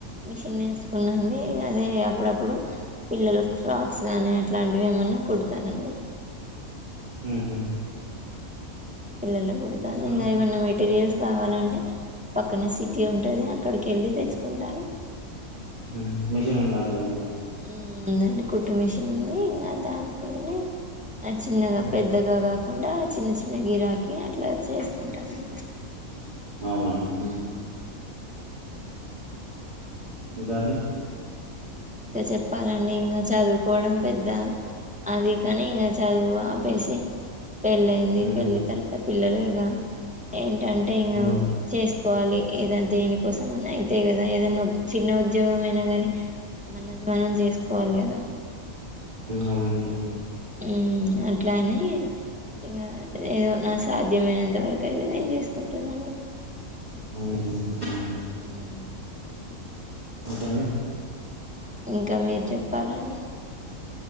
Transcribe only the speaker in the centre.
మిషన్ నేర్చుకున్నా అండి అదే అప్పుడప్పుడు పిల్లలకు ఫ్రాక్స్ గానీ అట్లాంటివి ఏమన్నా కుడతానండి
పిల్లలకు కుడతాను
ఇంగ
ఏవన్నా మెటీరియల్స్ కావాలంటే పక్కన సిటీ ఉంటది అక్కడికెళ్ళి తెచ్చుకుంటాను
మ్మ్ ఉందండి కుట్టు మిషన్ ఉంది ఇంగా దాంట్లోనే ఆ చిన్నగా
పెద్దగా గాక కాకుండా చిన్న చిన్న గిరాకి అట్లా చేసుకుంటానండి
ఉమ్
ఇంకా చెప్పాలండి ఇంగా చదువుకోవడం పెద్ద అదే పని ఇంగ చదువు ఆపేసి పెళ్ళయింది
పెళ్లి తర్వాత పిల్లలు ఇగ ఏంటంటే ఇంగ
చేస్ కోవాలి ఏద దేని కోసం అయితే కదా ఏదన్నా చిన్న ఉద్యోగం ఏ ఉద్యోగమైన గాని మనది మనం చేసుకోవాలి కదా
మ్మ్ అట్లనీ ఇక ఏదో నా సాధ్యమైనంతవరకు అయితే నేను చేసుకుంటానండి
హ్మ్.
ఇంకా మీరు చెప్పాలండి